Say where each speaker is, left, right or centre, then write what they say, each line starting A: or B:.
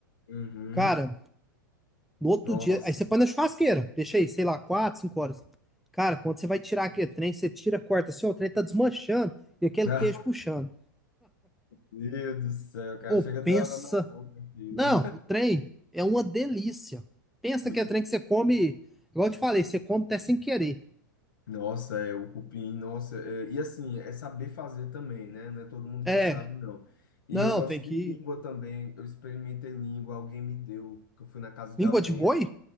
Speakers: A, on the left; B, in the centre.
A: Uhum.
B: Cara, no outro
A: Nossa.
B: dia, aí você põe na churrasqueira, deixa aí, sei lá, quatro, cinco horas. Cara, quando você vai tirar aquele trem, você tira, corta assim, ó, o trem tá desmanchando e aquele
A: <laughs>
B: queijo puxando.
A: Meu Deus do céu, cara.
B: Ou
A: Chega a dar
B: pensa.
A: água na boca, filho.
B: Não, trem é uma delícia. Pensa
A: Muito.
B: que é trem que você come, igual eu te falei, você come até sem querer.
A: Nossa, é o cupim, nossa. é, e assim, é saber fazer também, né? Não é todo mundo
B: É,
A: que sabe, não. E
B: não,
A: eu gosto
B: tem que.
A: de língua também. Eu experimentei língua, alguém me deu, que eu fui na casa de
B: Língua
A: alguém.
B: de boi?